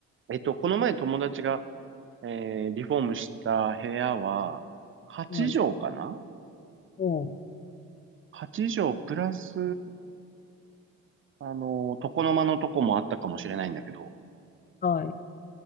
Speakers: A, on the right; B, on the left.
A: えっと、この前友達が、えーリフォームした部屋は、8畳かな
B: はい。うん。
A: ?8 畳プラス、あの、床の間のとこもあったかもしれないんだけど、
B: はい。